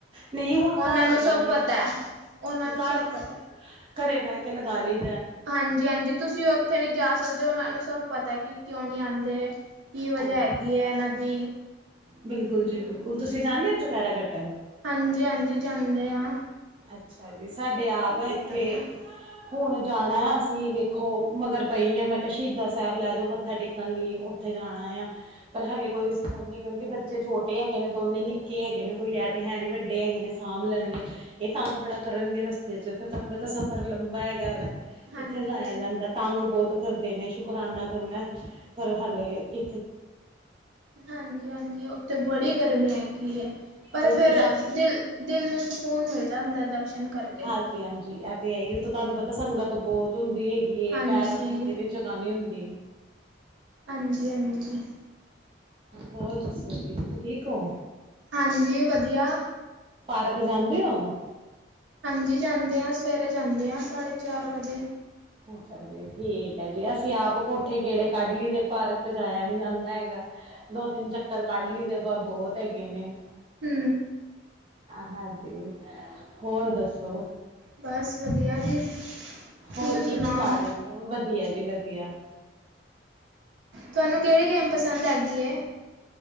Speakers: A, on the right; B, on the right.
A: ਨਹੀਂ ਹੁਣ
B: ਉਹਨਾਂ
A: ਘਰ
B: ਨੂੰ
A: ਲਗਾਂਣੀ
B: ਸਭ ਪਤਾ
A: ਆਂ।
B: ਹੈ ਉਹਨਾਂ ਨੂੰ
A: ਘਰ
B: ਸਭ ਪਤਾ
A: ਘਰੇ ਬਹਿ ਕੇ ਲਗਾ ਲਈ
B: ਹਾਂਜੀ -ਹਾਂਜੀ ਤੁਸੀਂ ਉੱਥੇ ਨਹੀਂ ਜਾ ਸਕਦੇ, ਉਹਨਾਂ ਨੂੰ ਸਭ ਪਤਾ ਕਿ ਕਿਉਂ ਨਹੀਂ ਆਂਦੇ। ਕੀ ਵਜ੍ਹਾ
A: ਹਾਂਜੀ
B: ਹੈਗੀ
A: ਹਾਂਜੀ
B: ਐ ਇਹਨਾਂ ਦੀ
A: ਬਿਲਕੁਲ ਜੀ ਬਿਲਕੁਲ ਤੁਸੀਂ ਜਾਂਦੇ ਹੋ ਚੁਪਹਿਰਾ ਕੱਟਣ।
B: ਹਾਂਜੀ- ਹਾਂਜੀ, ਜਾਂਦੇ ਆਂ।
A: ਅੱਛਾ ਜੀ, ਸਾਡੇ ਆਪ ਇੱਥੇ
B: ਆ
A: ਹੁਣ ਜਾਣਾ ਅਸੀਂ ਵੇਖੋ ਮਗਰ ਪਈ ਹਾਂ ਮੈਂ ਕਿਹਾ ਸ਼ਹੀਦਾ ਸਾਹਿਬ ਲੈ ਜਾਓ ਮੱਥਾ ਟੇਕਣ ਲਈ ਉੱਥੇ ਜਾਣਾ। ਪਰ ਹਲੇ ਕੋਈ ਰਿਸਪੋਂਸ ਨਹੀਂ, ਕਿਉਂਕਿ ਬੱਚੇ ਛੋਟੇ ਹੈਗੇ ਨੇ ਦੋਨੇ ਨਿੱਕੇ ਹੈਗੇ ਨੇ ਕੋਈ ਐ ਤੇ ਹੈ ਨੀ ਵੱਡੇ ਵੱਡੇ ਹੈਗੇ ਨੇ ਸਾਂਭ ਲੈਣਗੇ ਇਹ ਤੰਗ ਬੜਾ ਕਰਨਗੇ ਰਸਤੇ ਚ ਫੇਰ ਤੁਹਾਨੂੰ ਪਤਾ ਸਫ਼ਰ ਲੰਬਾ ਹੈਗਾ ਵਾ।
B: ਹਾਂਜੀ
A: ਕਿੱਥੇ ਜਾਇਆ ਜਾਂਦਾ ਤੰਗ ਬਹੁਤ ਕਰਦੇ ਨੇ ਸ਼ੁਕਰਾਨਾ ਕਰਨਾ ਪਰ ਹਾਲੇ ਕਿ
B: ਹਾਂਜੀ -ਹਾਂਜੀ ਉੱਥੇ ਬੜੀ ਗਰਮੀ ਹੈਗੀ। ਪਰ
A: ਉੱਤੋਂ
B: ਫੇਰ
A: ਤਾਂ
B: ਦਿਲ -ਦਿਲ ਨੂੰ ਸਕੂਨ ਮਿਲ ਜਾਂਦਾ ਦਰਸ਼ਨ ਕਰਕੇ
A: ਹਾਂਜੀ- ਹਾਂਜੀ ਇਹ ਤੇ ਹੈ ਹੀ ਉਥੇ ਤੁਹਾਨੂੰ ਪਤਾ ਸੰਗਤ ਬਹੁਤ ਹੁੰਦੀ ਹੈਗੀ। ਵੀ ਇਹ
B: ਹਾਂਜੀ
A: ਪੈਰ ਰੱਖਣ ਦੀ ਵੀ ਜਗ੍ਹਾ ਨਹੀਂ ਹੁੰਦੀ।
B: ਹਾਂਜੀ -ਹਾਂਜੀ।
A: ਹੋਰ ਦੱਸੋ ਜੀ, ਤੁਸੀਂ ਠੀਕ ਹੋ।
B: ਹਾਂਜੀ, ਵਧੀਆ।
A: ਰਕ ਜਾਂਦੇ ਹੋ।
B: ਹਾਂਜੀ ਜਾਂਦੇ ਹਾਂ ਸਵੇਰੇ ਜਾਂਦੇ ਹਾਂ ਸਾਢੇ ਚਾਰ ਵਜੇ।
A: ਅੱਛਾ ਜੀ ਠੀਕ ਜੀ ਅਸੀਂ ਆਪ ਕੋਠੇ ਗੇੜੇ ਕੱਢ ਲਈ ਤੇ ਪਾਰਕ ਤੇ ਜਾਇਆ ਨੀ ਜਾਂਦਾ ਹੈਗਾ, ਦੋ ਤਿੰਨ ਚੱਕਰ ਕੱ ਪਢਲੀ ਦੇ ਵਾ ਬਹੁਤ ਹੈਗੇ ਨੇ।
B: ਹੂੰ।
A: ਹਾਂਜੀ, ਹੋਰ ਦੱਸੋ
B: ਬਸ ਵਧੀਆ ਜੀ
A: ਹੋਰ
B: ਤੁਸੀਂ
A: ਕੀ-
B: ਸੁਣਾਓ
A: ਕੀ ਕਰ ਲੈਂਦੇ ਹੋ, ਵਧੀਆ ਜੀ ਵਧੀਆ। ਪਿਆ
B: ਤੁਹਾਨੂੰ ਕਿਹੜੀ ਗੇਮ ਪਸੰਦ ਆ ਗਈ ਐ।